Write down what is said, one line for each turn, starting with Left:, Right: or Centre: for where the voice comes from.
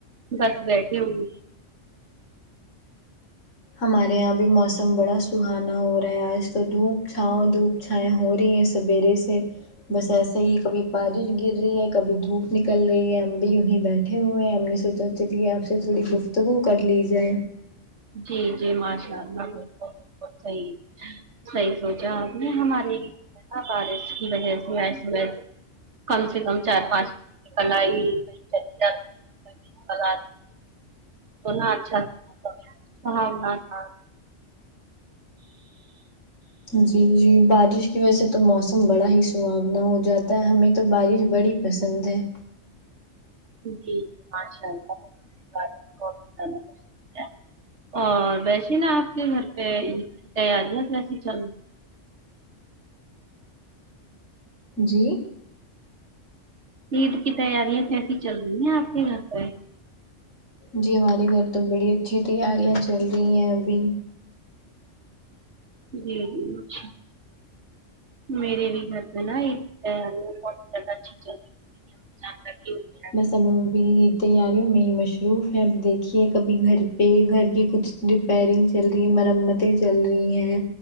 Right: بس بیٹھی ہوئی
Left: ہمارے یہاں بھی موسم بڑا سہانا ہو رہا ہے آج تو دھوپ چھاؤں دھوپ چھا ہوائیں ہو رہی ہیں سویرے سے بس ایسا ہی کبھی بارش گر رہی ہے کبھی دھوپ نکل رہی ہے ہم بھی یوں ہی بیٹھ اٹھے ہوئے ہیں ہم نے سوچا چلیے آپ سے تھوڑی گفتگو کر لی جائے
Right: جی جی ماشاء اللہ صحیح صحیح سوچاآ پ نے ہمارے نہ بارش کی وجہ سے آج صبح کم سے کم چار پانچ کل ہی <unintelligible> تو نا اچھا سہاونا تھا
Left: جی جی بارش کی وجہ سے تو موسم بڑا ہی سہاونا ہو جاتا ہے ہمیں تو بارش بڑی پسند ہے
Right: جی ماشاء اللہ بارش بہت پسند ہے تمہیں اور ویسے نا آپ کے گھر پہ عید کی تیاریاں کیسی چل رہی
Left: جی
Right: عید کی تیاریاں کیسی چل رہی ہیں آپ کے گھر پہ
Left: جی ہمارے گھر تو بڑی اچھی تیاریاں چل رہی ہیں ابھی
Right: جی جی اچھا میریے بھی گھر پے نہ <unintelligible> جاں تک کے ہو جائے
Left: بس اب ہم بھی تیاریوں میں ہی مضروف ہے اب دیکھیے کبھی گھر پہ گھر کی کچھ ریپئیرنگ چل رہی ہے مرمتیں چل رہی ہیں